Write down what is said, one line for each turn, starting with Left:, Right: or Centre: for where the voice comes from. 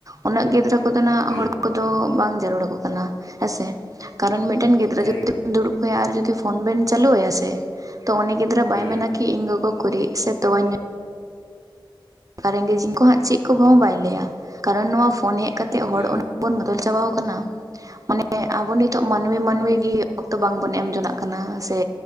Right: ᱩᱱᱟᱹᱜ ᱜᱤᱫᱽᱨᱟᱹ ᱠᱚᱫᱚ ᱦᱟᱜ
Left: ᱦᱩᱸ
Right: ᱦᱚᱲ ᱠᱚᱫᱚ ᱵᱟᱝ ᱡᱟᱹᱨᱩᱲᱟᱠᱚ ᱠᱟᱱᱟ ᱦᱮᱸᱥᱮ ᱠᱟᱨᱚᱱ ᱢᱤᱫᱴᱮᱱ ᱜᱤᱫᱽᱨᱟᱹ ᱡᱩᱫᱤ
Left: ᱮᱠᱫᱚᱢ
Right: ᱫᱩᱲᱩᱵ ᱠᱟᱭᱟ ᱟᱨ ᱡᱩᱫᱤ ᱯᱷᱳᱱ ᱵᱮᱱ ᱪᱟᱹᱞᱩ ᱟᱭᱟ ᱥᱮ ᱛᱚ ᱩᱱᱤ ᱜᱤᱫᱽᱨᱟᱹ ᱵᱟᱭ
Left: ᱦᱩᱸ
Right: ᱢᱮᱱᱟ ᱠᱤ ᱤᱧ ᱜᱚᱜᱚ ᱩᱠᱩᱨᱤᱡ ᱥᱮ ᱛᱣᱟᱧ ᱧᱩ ᱨᱮᱱᱜᱮ ᱡᱤᱝ ᱠᱚ ᱦᱟᱸᱜ ᱪᱮᱫ ᱠᱚᱦᱚᱸ ᱵᱟᱭ ᱞᱟᱹᱭᱟ ᱠᱟᱨᱚᱱ ᱱᱚᱣᱟ ᱯᱷᱳᱱ ᱦᱮᱡ ᱠᱟᱛᱮ ᱛᱮ ᱦᱚᱲ
Left: ᱦᱩᱸ
Right: ᱩᱱᱟ
Left: ᱦᱩᱸ
Right: ᱵᱚᱱ ᱵᱚᱫᱚᱞ ᱪᱟᱵᱟ ᱠᱟᱱᱟ᱾ ᱚᱱᱮ ᱟᱵᱚ ᱱᱤᱛᱚᱜ ᱢᱟᱹᱱᱢᱤ ᱢᱟᱹᱱᱢᱤ ᱜᱮ ᱚᱠᱛᱚ ᱵᱟᱝᱵᱚᱱ ᱮᱢ ᱡᱚᱱᱟᱜ ᱠᱟᱱᱟ ᱥᱮ᱿